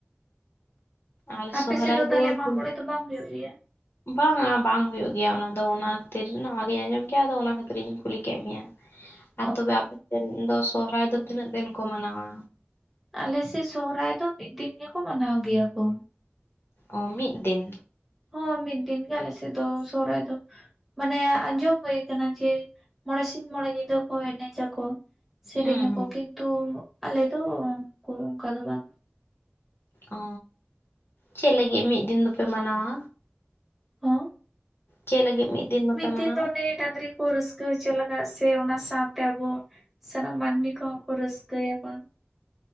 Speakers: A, on the left; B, in the centre.
A: ᱟᱨ
B: ᱟᱯᱮ
A: ᱥᱚᱨᱦᱟᱭ
B: ᱥᱮᱫ ᱛᱟᱦᱚᱞᱮ
A: ᱫᱚ
B: ᱢᱟᱜ
A: ᱛᱤᱱ‌
B: ᱢᱚᱬᱮ
A: ᱨᱮ
B: ᱫᱚ ᱵᱟᱝ ᱦᱩᱭᱩᱜ ᱜᱮᱭᱟ
A: ᱵᱟᱝ-ᱟ ᱵᱟᱝ ᱦᱩᱭᱩᱜ ᱜᱮᱭᱟ ᱚᱱᱟ ᱫᱚ ᱚᱱᱟ ᱠᱷᱟᱹᱛᱤᱨ ᱱᱚᱣᱟᱜᱤᱧ ᱟᱸᱡᱚᱢ ᱜᱮᱭᱟ ᱟᱫᱚ ᱚᱱᱟ ᱠᱷᱟᱹᱛᱤᱨ ᱤᱧ ᱠᱩᱞᱤ ᱠᱮᱫ ᱢᱮᱭᱟ
B: <inaudible>
A: ᱟᱨ ᱛᱚᱵᱮ ᱟᱯᱮ ᱥᱮᱱ ᱥᱚᱦᱚᱨᱟᱭ ᱫᱚ ᱛᱤᱱᱟᱹᱜ ᱫᱤᱱ ᱠᱚ ᱢᱟᱱᱟᱣᱟ?
B: ᱟᱞᱮ ᱥᱮ ᱥᱚᱦᱨᱟᱭ ᱫᱚ ᱢᱤᱫ ᱫᱤᱱ ᱜᱮᱠᱚ ᱢᱟᱱᱟᱣ ᱜᱮᱭᱟ ᱠᱚ
A: ᱚ ᱢᱤᱫ ᱫᱤᱱ
B: ᱦᱚᱸ ᱢᱤᱫ ᱫᱤᱱ ᱜᱮ ᱟᱞᱮ ᱥᱮᱜ ᱫᱚ ᱥᱚᱦᱚᱨᱟᱭ ᱫᱚ ᱢᱟᱱᱮ ᱟᱸᱡᱚᱢ ᱦᱩᱭ ᱟᱠᱟᱱᱟ ᱡᱮ ᱢᱚᱬᱮ ᱥᱤᱧ ᱢᱚᱬᱮ ᱧᱤᱫᱟᱹ ᱠᱚ ᱮᱱᱮᱡᱟ ᱠᱚ ᱥᱮᱨᱮᱧ
A: ᱦᱩᱸ
B: ᱟᱠᱚ
A: ᱦᱩᱸ
B: ᱠᱤᱱᱛᱩ ᱟᱞᱮ ᱫᱚ ᱳᱝ-ᱚᱱᱠᱟ ᱫᱚ ᱵᱟᱝ
A: ᱚ ᱪᱮᱫ ᱞᱟᱹᱜᱤᱫ ᱢᱤᱫ ᱫᱤᱱ ᱫᱚᱯᱮ ᱢᱟᱱᱟᱣᱟ?
B: ᱦᱚᱸ
A: ᱪᱮᱫ ᱞᱟᱹᱜᱤᱫ ᱢᱤᱫ? ᱫᱚᱯᱮ
B: ᱢᱤᱫ ᱫᱤᱱ
A: ᱢᱟᱱᱟᱣᱟ
B: ᱫᱚ ᱚᱱᱮ ᱰᱟᱺᱝᱨᱤ ᱠᱚ ᱨᱟᱹᱥᱠᱟᱹ ᱦᱚᱪᱚ ᱞᱟᱜᱟᱜ ᱥᱮ ᱚᱱᱟ ᱥᱟᱶᱛᱮ ᱟᱵᱚ ᱥᱟᱱᱟᱢ ᱢᱟᱹᱱᱢᱤ ᱠᱚᱦᱚᱸ ᱠᱚ ᱨᱟᱹᱥᱠᱟᱹᱭᱟ ᱠᱚ